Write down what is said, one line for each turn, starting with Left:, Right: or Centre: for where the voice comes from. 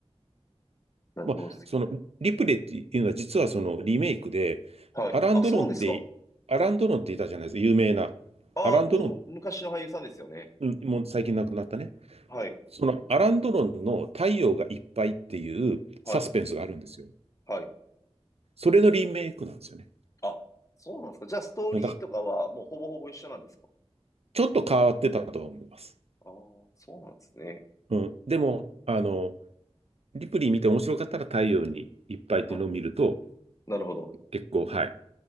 Left: なるほどです。
Right: まあ、その、リプレイっていうのは、実はそのリメイクで、
Left: はい。
Right: アラン・
Left: あ、
Right: ドロンって、
Left: そうですか。
Right: アラン・ドロンっていたじゃないですか、有名な。
Left: あ、
Right: アラン・
Left: もうむ昔の俳優さんですよね。
Right: ドロン、うんもう最近亡くなったね。
Left: はい。
Right: そのアラン・ドロンの太陽がいっぱいっていうサスペンスがあるんですよ。
Left: はい。はい。
Right: それのリメイクなんですよね。
Left: あ、そうなんですか。じゃあ、ストーリーとかはもうほぼほぼ一緒なんですか。
Right: だから、ちょっと変わってたとは思います。
Left: ああー、そうなんですね。
Right: うん。でも、あの、リプリイ見て面白かったら太陽にいっぱいっていうのを見ると、
Left: はい。なるほど。
Right: 結構、はい。